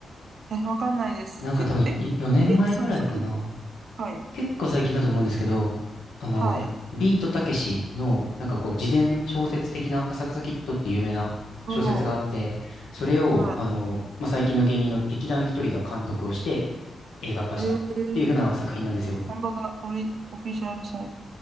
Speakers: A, on the right (about 65°); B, on the left (about 80°).
A: え、わかんないです。
B: なんか多分4年前ぐらいかな。
A: キッ、え、キッ、サクサキットはい。
B: 結構最近だと思うんですけど、あの、
A: はい。
B: ビートたけしの、なんかこう、自伝小説的な浅草キッドっていう有名な小説があって、
A: おー。
B: それを、
A: は
B: あの、まあ、最近の芸人の劇団ひとりが監督をして映画化したっていう風な作品なんですよ。
A: い。えー、本当だ。オリ、オフィシャルサイト。